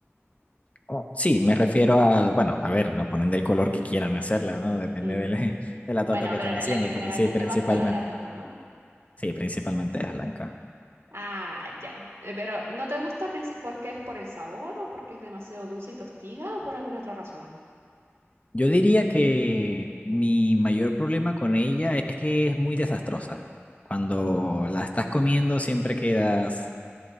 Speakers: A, on the left; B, on the right.
A: oh sí, me refiero a, bueno, a ver, lo ponen del color que quieran hacerla, ¿no? Depende
B: Mm.
A: de la, <laughs> de la torta
B: Bueno,
A: que
B: pero
A: estén
B: la
A: haciendo,
B: la que generalmente
A: pero sí, principalmente,
B: va fuera de la torta, ¿no?
A: sí, principalmente es blanca.
B: Ah, ya. Eh, Pero ¿no te gusta princi- porque es por el sabor o porque es demasiado dulce y tostiga o por alguna otra razón?
A: Yo diría que mi mayor problema con ella es que es muy desastrosa. Cuando la estás comiendo siempre quedas